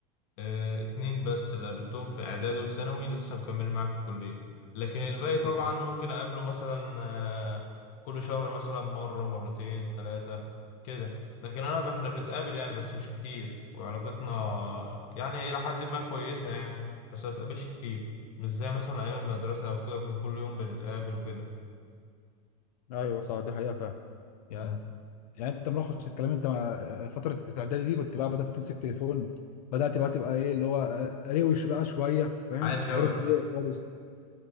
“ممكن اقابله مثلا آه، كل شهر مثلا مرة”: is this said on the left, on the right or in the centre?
Left